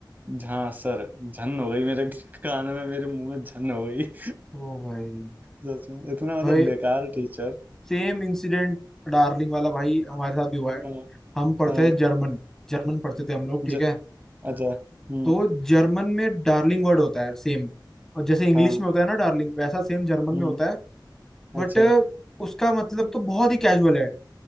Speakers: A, on the right; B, in the centre.
A: हाँ सर झन हो गई मेरे कान में मेरे मुंह में झन हो गई <laughs>
B: ओ भाई
A: सच में इतना मतलब
B: भाई
A: बेकार टीचर
B: सेम इंसिडेंट डार्लिंग वाला भाई हमारे साथ भी हुआ है
A: हाँ
B: हम पढ़ते
A: हाँ
B: थे जर्मन जर्मन पढ़ते थे हम लोग
A: ज,
B: ठीक है
A: अच्छा हम्म
B: तो जर्मन में डार्लिंग वर्ड होता है सेम और जैसे इंग्लिश
A: हाँ
B: में होता है ना डार्लिंग वैसा सेम जर्मन
A: हम्म
B: में होता है बट
A: अच्छा
B: उसका मतलब तो बहुत ही कैजुअल है